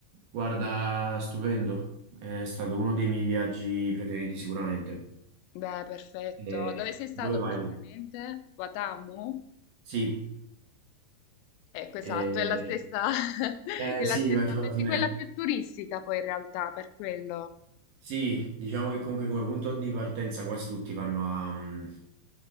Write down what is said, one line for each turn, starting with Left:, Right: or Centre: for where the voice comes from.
Right: Guarda, stupendo. È stato uno dei miei viaggi preferiti sicuramente.
Left: Beh, perfetto.
Right: Eh,
Left: Dove sei stato
Right: dove vai
Left: precisamente?
Right: tu?
Left: Watamu?
Right: Sì,
Left: Ecco, esatto,
Right: eh,
Left: è la stessa, <laughs>
Right: eh,
Left: è la
Right: sì,
Left: stessa,
Right: perché
Left: perché
Right: alla fine...
Left: quella più turistica poi in realtà, per quello.
Right: Sì, diciamo che comunque come punto di partenza quasi tutti vanno a, mm,